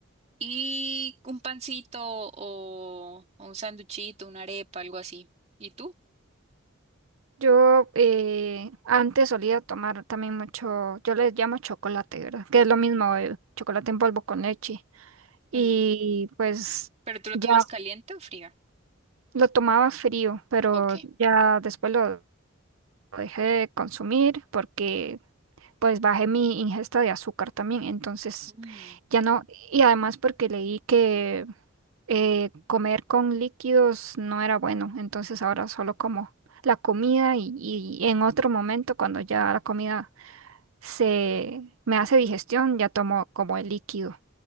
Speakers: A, on the right; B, on the right.
A: Y un pancito o, o un sanduchito, una arepa, algo así. ¿Y tú?
B: Yo eh, antes solía tomar también mucho, yo les llamo chocolate, ¿verdad? Que es lo mismo, el chocolate en polvo con leche. Y
A: Mm.
B: pues
A: ¿Pero tú lo
B: ya
A: tomas caliente o frío?
B: lo tomaba frío, pero
A: Ok.
B: ya después lo dejé de consumir porque pues bajé mi ingesta de azúcar también, entonces
A: Mm.
B: ya no, y además porque leí que eh, comer con líquidos no era bueno, entonces ahora solo como la comida y, y en otro momento cuando ya la comida se me hace digestión, ya tomo como el líquido.